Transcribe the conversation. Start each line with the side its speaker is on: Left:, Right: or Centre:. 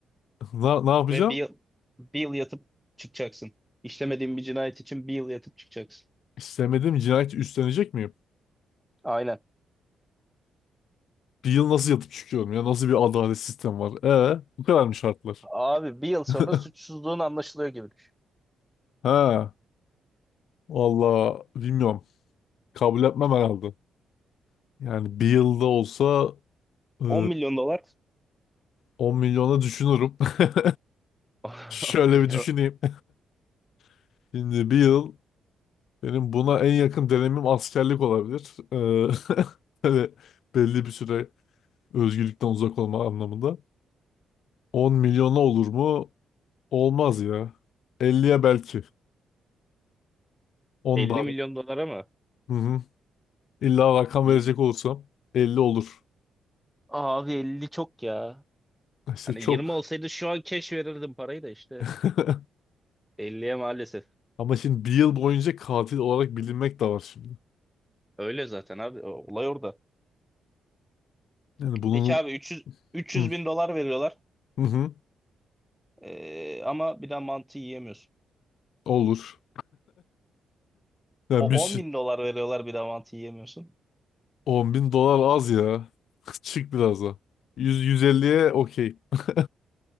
Left: Ne, ne yapacağım?
Centre: Ve bir yıl, bir yıl yatıp çıkacaksın. İşlemediğin bir cinayet için bir yıl yatıp çıkacaksın.
Left: İstemediğim cinayeti üstlenecek miyim?
Centre: Aynen.
Left: Bir yıl nasıl yatıp çıkıyorum ya? Nasıl bir adalet sistemi var? Ee, bu kadar mı şartlar?
Centre: Abi bir yıl sonra
Left: <laughs>
Centre: suçsuzluğun anlaşılıyor gibi düşün.
Left: Ha, valla bilmiyorum. Kabul etmem herhalde. Yani bir yılda olsa eee
Centre: 10 milyon dolar.
Left: 10 milyona düşünürüm. <laughs>
Centre: <laughs>
Left: Şöyle
Centre: Ya,
Left: bir düşüneyim. <laughs> Şimdi bir yıl benim buna en yakın dönemim askerlik olabilir. Eee <laughs> böyle belli bir süre özgürlükten uzak olma anlamında. 10 milyona olur mu? Olmaz ya. 50'ye belki. 10'dan.
Centre: 50 milyon dolar ama
Left: Hı hı. İlla rakam
Centre: bir
Left: verecek olursam 50 olur.
Centre: abi 50 çok ya.
Left: İşte
Centre: Hani
Left: çok.
Centre: 20 olsaydı şu an cash verirdim parayı da işte
Left: <laughs>
Centre: 50'ye maalesef.
Left: Ama şimdi bir yıl boyunca katil olarak bilinmek de var şimdi.
Centre: Öyle zaten abi. o- Olay orada.
Left: Yani bunun
Centre: Peki abi 300 300
Left: Hı.
Centre: bin dolar veriyorlar.
Left: Hı hı.
Centre: Ee, ama bir daha mantı yiyemiyorsun.
Left: Olur. Ya
Centre: O
Left: bir şey.
Centre: 10 bin dolar veriyorlar bir daha mantı yiyemiyorsun.
Left: on bin dolar az ya. <laughs> Çık biraz da. Yüz, 150'ye okey. <laughs>